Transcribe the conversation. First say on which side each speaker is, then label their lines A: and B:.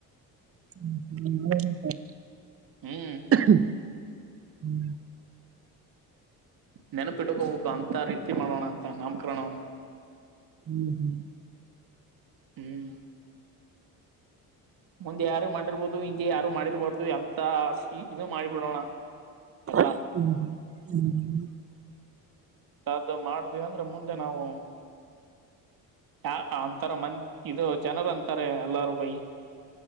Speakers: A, on the right; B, on the right.
A: <unintelligible>
B: ಹ್ಮ್ ನೆನಪಿಟ್ಟಕೋಬೇಕು ಅಂತ ರೀತಿ ಮಾಡೋಣ ಅಂತ ನಾಮಕರಣವನ್ನು.
A: ಹ್ಮ್ ಹ್ಮ್
B: ಹ್ಮ್ ಮುಂದೆ ಯಾರು ಮಾಡಿರ್ಬೋದು ಹಿಂದೆ ಯಾರು ಮಾಡಿರ್ಬಾರ್ದ ಎಂತ ಸ್ ಇ ಇದ ಮಾಡಿಬಿಡೋಣ. ಎಲ್ಲಾ
A: ಹ್ಮ್ ಹ್ಮ ಹ್ಮ್ ಹ್ಮ
B: ಅದ್ದ ಮಾಡ್ಡಿವಂದ್ರ ಮುಂದೆ ನಾವು. ಯ ಅಂತರ ಮಂದ ಇದು ಜನರ ಅಂತಾರೆ ಎಲ್ಲಾರು ಬೈ.